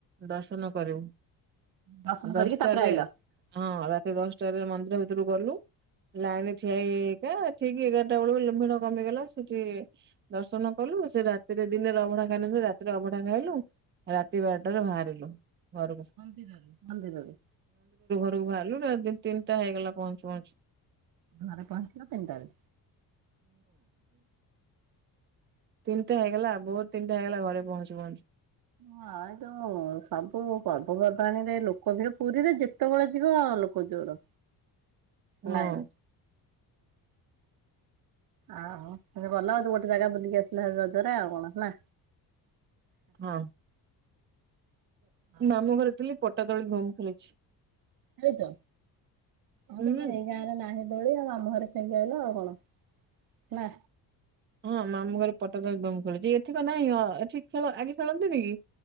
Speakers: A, on the right; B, on the right.
A: ଦର୍ଶନ କରିବୁ
B: ଦର୍ଶନ
A: ଦଶଟାରେ
B: କରିକି ତାପରେ ଆଇଲ
A: ନ ହଁ ରାତି ଦଶଟାରେ ମନ୍ଦିର ଭିତରକୁ ଗଲୁ ଲାଇନରେ ଠିଆ ହେଇ ହେଇକା ଠିକି ଏଗାରଟା ବେଳକୁ ଯେମ ଭିଡ କମିଗଲା ସେଠି ଦର୍ଶନ କଲୁ ସେ ରାତିରେ ଦିନରେ ଅଭଢା ଖାଇ ନଥିଲୁ ରାତିରେ ଅବଢା ଖାଇଲୁ ଆଉ ରାତି ବାରଟାରେ ବାହାରିଲୁ। ଘରୁକୁ।
B: ମନ୍ଦିରରୁ।
A: ବାହାରିଲୁ ତିନଟା ହେଇଗଲା ପହଞ୍ଚୁ ପହଞ୍ଚୁ।
B: ଘରେ ପହଞ୍ଚିଲ ତିନଟାରେ।
A: ତିନଟା ହେଇଗଲା ଭୋର ତିନଟା ହେଇଗଲା ଘରେ ପହଞ୍ଚୁ ପହଞ୍ଚୁ।
B: ହଁ ଏଇ ଯୋଉ ସବୁ ପର୍ବ ପର୍ବାଣିରେ ଲୋ କ ଭିଡ ପୁରୀରେ ଯେତେବେଳେ ଯିବ ଲୋକ ଜୋର।
A: ହଁ।
B: ଲାଇନ
A: <inaudible>
B: ଆ ହ ତମେ ଗଲ ଆଉ ତ ଗୋଟେ ଜାଗା ବୁଲିକି ଆସିଲ ରଜରେ ଆଉ କଣ ନା।
A: ହଁ।
B: ଆଉ
A: ମାମୁଁ
B: କଣ
A: ଘରେ ଥିଲି ପଟା ଦୋଳି ଧୁମ ଖେଳିଛି।
B: ନାଇଁତ ଆଉ
A: ହୁଁ
B: ତମ ଏଇ ଗାଁରେ ନାହିଁ ଦୋଳି ଆଉ ମାମୁଁଘରେ ଖେଳିକି ଆଇିଲ ଆଉ କଣ ନା।
A: ହଁ ମାମୁଁଘରେ ପଟାଦୋଳି ଧୁମ ଖେଳଛି ଏଠି କଁ ନାହିଁ ଏଠି ଖେଳ ଆଗେ ଖେଳନ୍ତିନି କି?